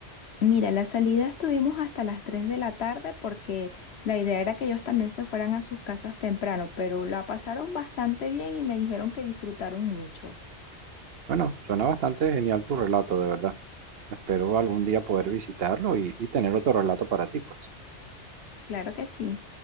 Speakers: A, on the left; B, on the right.
A: Mira, la salida estuvimos hasta las 3 de la tarde porque la idea era que ellos también se fueran a sus casas temprano, pero la pasaron bastante bien y me dijeron que disfrutaron mucho.
B: Bueno, suena bastante genial tu relato, de verdad. Espero algún día poder visitarlo y, y tener otro relato para ti, pues.
A: Claro que sí.